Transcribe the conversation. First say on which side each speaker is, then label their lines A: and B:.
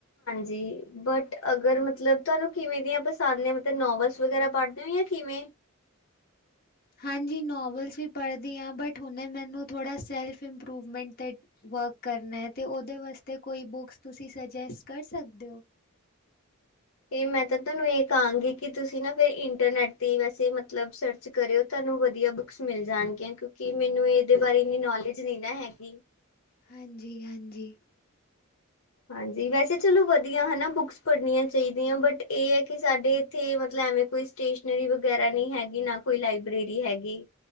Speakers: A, on the left (about 75°); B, on the left (about 45°).
A: ਜੀ ਬਟ ਅਗਰ ਮਤਲਬ ਤੁਹਾਨੂੰ ਕਿਵੇਂ ਦੀਆਂ ਪਸੰਦ ਨੇ ਮਤਲਬ ਨੋਵਲਸ ਵਗੈਰਾ ਪੜ੍ਹਦੇ ਹੋ ਜਾਂ ਕਿਵੇਂ
B: ਹਾਂਜੀ ਨੋਵਲਸ ਵੀ ਪੜ੍ਹਦੀ ਹਾਂ ਬਟ ਹੁਣੇ ਮੈਨੂੰ ਥੋੜ੍ਹਾ ਸੈਲਫ ਇੰਪਰੂਵਮੈਂਟ 'ਤੇ ਵਰਕ ਕਰਨਾ ਹੈ ਅਤੇ ਉਹਦੇ ਵਾਸਤੇ ਕੋਈ ਬੁੱਕਸ ਤੁਸੀਂ ਸੁਜੈਸਟ ਕਰ ਸਕਦੇ ਹੋ
A: ਤੇ ਮੈਂ ਤਾਂ ਤੁਹਾਨੂੰ ਇਹ ਕਹਾਂਗੀ ਕਿ ਤੁਸੀਂ ਨਾ ਫੇਰ ਇੰਟਰਨੈਟ ਤੇ ਵੈਸੇ ਮਤਲਬ ਸਰਚ ਕਰਿਓ ਤੁਹਾਨੂੰ ਵਧੀਆ ਬੁਕਸ ਮਿਲ ਜਾਣਗੀਆਂ ਕਿਉਂਕਿ ਮੈਨੂੰ ਇਹਦੇ ਬਾਰੇ ਇਨੀ ਨੋਲੇਜ ਨੀ ਨਾ ਹੈਗੀ
B: ਹਾਂਜੀ ਹਾਂਜੀ ਜੀ
A: ਹਾਂਜੀ ਵੈਸੇ ਚਲੋ ਵਧੀਆ ਹਨਾ, ਬੁੱਕਸ ਪੜ੍ਹਨੀਆਂ ਚਾਹੀਦੀਆਂ ਬਟ ਇਹ ਹੈ ਕਿ ਸਾਡੇ ਇੱਥੇ ਮਤਲਬ ਐਵੇਂ ਕੋਈ ਸਟੇਸ਼ਨਰੀ ਵਗੈਰਾ ਨਹੀਂ ਹੈਗੀ ਨਾ ਕੋਈ ਲਾਇਬ੍ਰੇਰੀ ਹੈਗੀ।